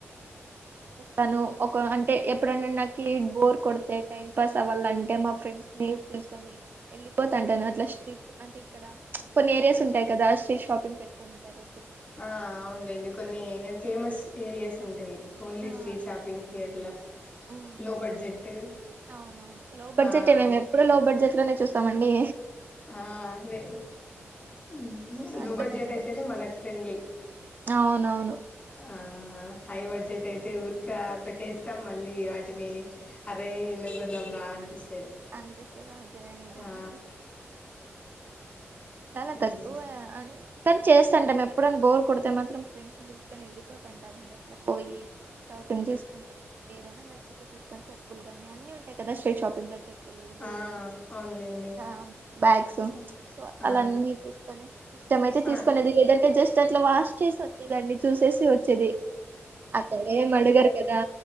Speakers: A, on the right; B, on the left.
A: తను ఒక అంటే ఎప్పుడైన్నా నాకి బోర్ కొడితే టైం పాస్ అవ్వాలంటే మా ఫ్రెండ్స్ ని తీసుకొని వెళ్ళిపో అంటాను, అట్లా స్ట్రీట్ అంటే ఇక్కడ కొన్ని ఏరియాస్ ఉంటాయి కదా స్ట్రీట్ షాపింగ్ పెట్టుకుని అంటారు.
B: ఆ అవునుండి కొన్ని ఫేమస్ ఏరియాస్ ఉంటాయి ఓన్లీ
A: ఆ
B: స్ట్రీట్ షాపింగ్ కి అట్లా.
A: ఉమ్
B: లో బడ్జెట్
A: అవునవును లో బడ్జెటే
B: అం
A: మేము ఎప్పుడు లో బడ్జెట్ లోనే చూస్తామండి
B: ఆ అవే
A: ఉమ్,
B: ఉహ్ ఉమ్
A: సో
B: లో
A: అట్లా
B: బడ్జెట్
A: పిలుచుకొని
B: అయితేనే మనకు ఫ్రెండ్లీ
A: అవునవును
B: ఆ ఆ హై బడ్జెట్ అయితే ఊరిక పెట్టేస్తాం మళ్ళీ వాటిని అరే ఎందుకు కొన్నాం రా అనిపిస్తది
A: అనిపిస్తాది అదే నిజమండి.
B: ఆ
A: చాలా
B: ఉమ్
A: తక్కువ అన్ కానీ చేస్తుంటాం ఎప్ ఎప్పుడన్న బోర్ కొడతే మ మాత్రం ఫ్రెండ్స్ని పిలుసుకోని వెళ్ళిపోతంటం అండి ఎట్లా పోయి షాపింగ్ చేసుకొని ఏదైనా నచ్చితే తీసుకొని చెప్పులుగాని అన్ని ఉంటాయ్. కదా స్ట్రీట్ షాపింగ్ దగ్గరా చెప్పులు, జులర్యేస్,
B: ఆ అవునులేండి
A: ఆ బ్యాగ్స్
B: ఆ
A: సో
B: ఆ
A: అలాన్నీ తీసుకొని ఇస్టమైతే
B: ఆ
A: తీసుకునేది లేదంటే జస్ట్ అట్లా వాష్ చేసి వచ్చేదండి చూసేసి వచ్చేది అక్కడేం అడగరు కదా